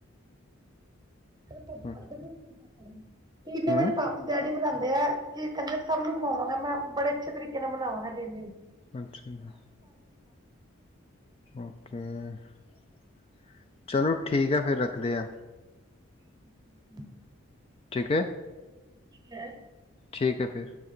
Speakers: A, on the right (about 20°); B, on the left (about 25°).
A: <unintelligible>
B: ਹੂੰ
A: ਨੇ
B: ਹੂੰ
A: ਮੇਰੇ ਪ ਡੈਡੀ ਬਣਾ <unintelligible> ਦਿਆ ਕੀ ਕੈਂਦੇ ਸਭ ਨੂੰ ਖੁਵਾਵਾਂਗਾ ਮੈਂ ਬੜੇ ਅੱਛੇ ਤਰੀਕੇ ਨਾਲ ਮਨਾਵਾਂਗਾ ਜੇ ਲਈ <unintelligible>
B: ਅੱਛਾ ਓਕੇ <unintelligible> ਚਲੋ ਠੀਕ ਐ ਫੇਰ ਰੱਖਦੇ ਆ।
A: <inaudible>
B: ਠੀਕ ਐ।
A: ਠੀਕ ਐ।
B: ਠੀਕ ਐ ਫਿਰ।